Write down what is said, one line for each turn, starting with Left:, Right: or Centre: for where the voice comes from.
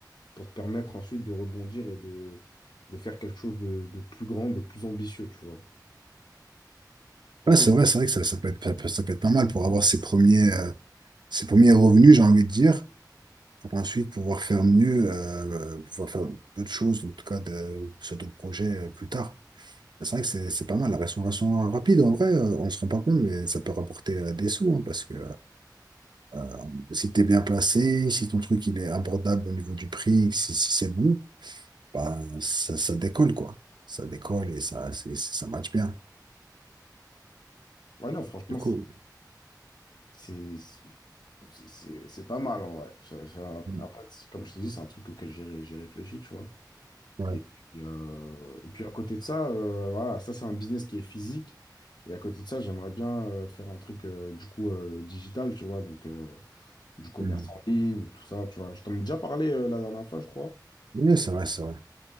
Left: pour te permettre ensuite de rebondir et de, de faire quelque chose de, de plus grand, de plus ambitieux, tu vois. Franchement,
Right: Ouais, c'est vrai, c'est vrai que ça, ça peut être, ça peut ça peut être pas mal pour avoir ses premiers, euh, ses premiers revenus, j'ai envie de dire, pour ensuite pouvoir faire mieux, euh, pouvoir faire d'autres choses, en tout cas de, sur d'autres projets euh, plus tard. C'est vrai que c'est c'est pas mal, la restauration rapide, en vrai, euh, on se rend pas compte, mais ça peut rapporter euh, des sous, hein, parce que Euh, si tu es bien placé, si ton truc il est abordable au niveau du prix, si, si c'est bon, bah, ça, ça décolle, quoi. Ça décolle et ça, c'est- ça match bien.
Left: ouais, non, franchement,
Right: Du coup,
Left: c'est c'est- c'est- c'est- c'est pas mal, en vrai. Ça- ça-
Right: mm,
Left: après, c'est- comme je te dis, c'est un truc auquel j'ai ré- j'ai réfléchi, tu vois.
Right: ouais.
Left: Et puis, euh, et puis à côté de ça, euh, voilà, ça c'est un business qui est physique. Et à côté de ça, j'aimerais bien euh, faire un truc euh, du coup euh, digital, tu vois, donc euh, du commerce
Right: mm.
Left: en ligne, tout ça, tu vois. Je t'en ai déjà parlé euh, la dernière fois, je crois.
Right: Oui, c'est vrai, c'est vrai.